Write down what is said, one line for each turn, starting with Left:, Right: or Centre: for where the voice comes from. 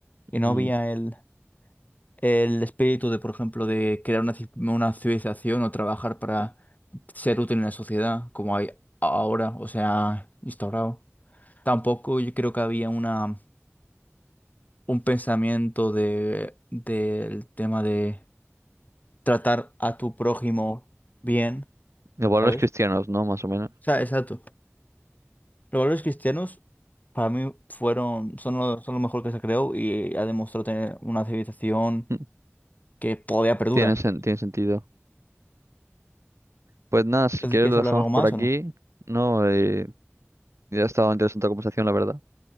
Left: Y no
Right: Mm,
Left: había el el espíritu de, por ejemplo, de crear una, ci- una civilización o trabajar para ser útil en la sociedad, como hay ahora, o sea, instaurado. Tampoco yo creo que había una, un pensamiento de, del tema de tratar a tu prójimo bien,
Right: los valores
Left: ¿sabes?
Right: cristianos, ¿no? Más o menos.
Left: O sea, exacto. Los valores cristianos para mí fueron, son lo, son lo mejor que se creó y ha demostrado tener una civilización
Right: <laughs> Mm,
Left: que todavía perdura.
Right: Tiene, sen- tiene sentido. Pues nada, si
Left: Entonces,
Right: quieres
Left: ¿quieres
Right: lo
Left: hablar
Right: dejamos
Left: algo
Right: por
Left: más
Right: aquí,
Left: o no?
Right: ¿no? Eh, ya ha estado interesante la conversación, la verdad.